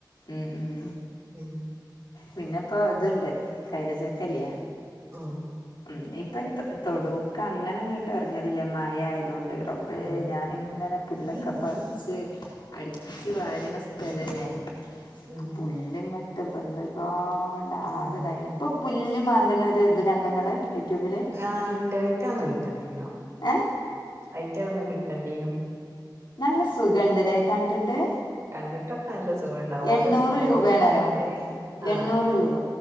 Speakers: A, on the left (about 80°); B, on the right (about 40°).
A: ഉം ഉം
B: ഉം
A: പിന്നെ ഇപ്പോ ഇതുണ്ട് കൈതചക്ക ഇല്ലേ
B: ആഹ്
A: ഉം ഇപ്പൊ തൊടുക്കെ അങ്ങനെ അങ്ങോട്ട് ഇറങ്ങലില്ലേ മഴ ആയതുകൊണ്ട് റബ്ബേ
B: ഉം
A: ഞാനിങ്ങനെ പുല്ലൊക്കെ പറച്ച് അടിച്ച് വാരണ സ്ഥലല്ലേ
B: ഉം
A: പുല്ല്ങ്ങട്ട് ബന്നുകാണ്ട്
B: ഉം
A: ആകേഇതായിനി ഇപ്പോൾ പുല്ല് മാന്തണ ഒരു ഇത് കണ്ടോ ഇങ്ങള് യൂട്യൂബില്
B: ആഹ് ഉണ്ടായിട്ടാണോ ഒന്ന് കിട്ടണ്ടീനോ
A: ഏഹ്
B: ഐറ്റ ഒന്ന് കിട്ടണ്ടീനോ
A: നല്ല സുഖണ്ട് ലേ കണ്ടിട്ട്
B: കണ്ടിട്ടൊക്കെ നല്ല സുഖണ്ടാവും
A: എണ്ണൂറ്
B: ഓന്റെ പോവോന്നൊക്കെ
A: രൂപയാണേലോ
B: ആർക്കറിയാ ആഹ്
A: എണ്ണൂറ് രൂപ